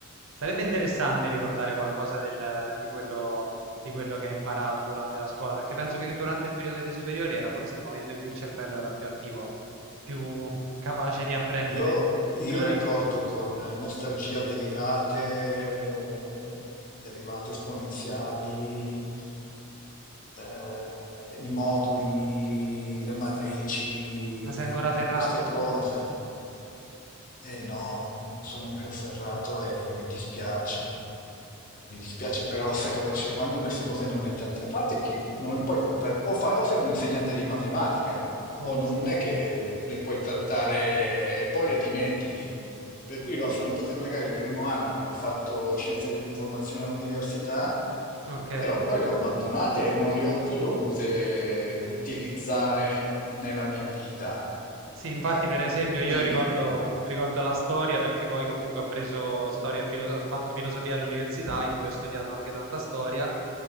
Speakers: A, on the right (about 65°); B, on the left (about 40°).
A: Sarebbe interessante ricordare qualcosa del- di quello, di quello che hai imparato durante la scuola, perché penso che durante il periodo delle superiori era forse il momento in cui il cervello era più attivo, più capace di apprendere.
B: eh. Io, io
A: della-
B: ricordo con nostalgia derivate, derivate esponenziali, eh, i moduli, le matrici,
A: Ma sei ancora ferrato?
B: queste cose. Eh no, non sono più afferrato e mi dispiace. Mi dispiace però, sai cosa c'è? Quando queste cose non le tratti, a parte che non le puoi trattare, o, fai- o sei un insegnante di matematica,
A: Oh
B: o non
A: sì,
B: è che le, le puoi trattare e poi le dimentichi. Per cui l'ho affrontate magari il primo anno, avevo fatto scienze dell'informazione all'università,
A: ok.
B: però poi le ho abbandonate e non le ho più dovute utilizzare nella mia vita.
A: Sì, infatti,
B: Eh,
A: per esempio,
B: per cui...
A: io ricordo, ricordo la storia perché poi comunque ho preso storia e filo- ho fatto filosofia all'università in cui ho studiato anche tanta storia